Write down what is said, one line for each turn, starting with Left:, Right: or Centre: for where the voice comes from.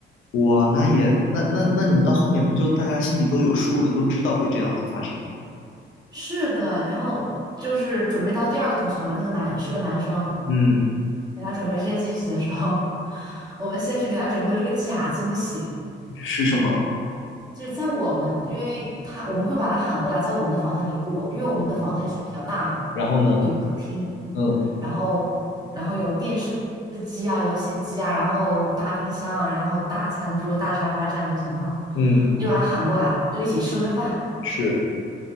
Left: 哇，那也那那那你们到后面不就大家心里都有数了，都知道会这样子发生了？
Right: <laughs> 是的，然后就是准备到第二个同学嘛，那个男是个男生，
Left: 嗯，
Right: 给他准备这些惊喜的时候，<laughs> 我们先是给他准备了一个假惊喜。
Left: 是什么？
Right: 就是在我们，因为他我们会把他喊过来，在我们的房间里过，因为我们的房间是比较大嘛，
Left: 嗯，然后呢？
Right: 有客厅，
Left: 嗯
Right: 然后然后有电视机啊、游戏机啊，然后大冰箱啊，然后大餐桌、大沙发这样的情况，
Left: 嗯，
Right: 我就把他喊过来，我们就一起吃了个饭，
Left: 是，